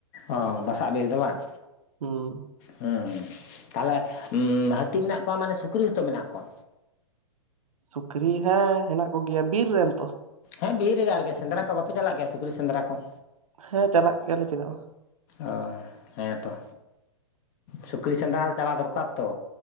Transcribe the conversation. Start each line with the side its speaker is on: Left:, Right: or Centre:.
Left: ᱚ ᱵᱟᱥᱟᱜ ᱵᱤᱨ ᱫᱚ ᱵᱟᱝ
Right: ᱦᱩᱸ
Left: ᱦᱮᱸ ᱛᱟᱦᱞᱮ ᱦᱟᱹᱛᱤ ᱢᱮᱱᱟᱜ ᱠᱚᱣᱟ ᱢᱟᱱᱮ ᱥᱩᱠᱨᱤ ᱦᱚᱛᱚ ᱢᱮᱱᱟᱜ ᱠᱚᱣᱟ
Right: ᱥᱩᱠᱨᱤ ᱦᱮᱸ ᱦᱮᱱᱟᱜ ᱠᱚᱜᱮᱭᱟ ᱵᱤᱨ ᱨᱮᱱ ᱛᱚ
Left: ᱦᱮᱸ ᱵᱤᱨ ᱨᱮᱜᱮ ᱟᱨᱠᱤ ᱥᱮᱸᱫᱽᱨᱟ ᱠᱚ ᱵᱟᱯᱮ ᱪᱟᱞᱟᱜ ᱜᱮᱭᱟ ᱥᱩᱠᱨᱤ ᱥᱮᱸᱫᱽᱨᱟ ᱠᱚ᱾
Right: ᱦᱮᱸ ᱪᱟᱞᱟᱜ ᱜᱮᱭᱟᱞᱮ ᱪᱮᱫᱟᱜ ᱵᱟᱝ
Left: ᱚ ᱦᱮᱸᱛᱚ ᱥᱩᱠᱨᱤ ᱥᱮᱸᱫᱽᱨᱟ ᱪᱟᱞᱟᱜ ᱫᱚᱨᱠᱟᱨ ᱛᱚ